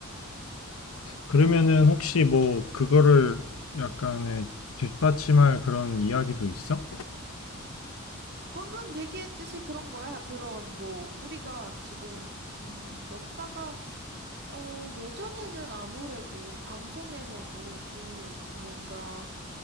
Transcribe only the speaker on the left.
그러면은 혹시 뭐 그거를 약간의 뒷받침할 그런 이야기도 있어?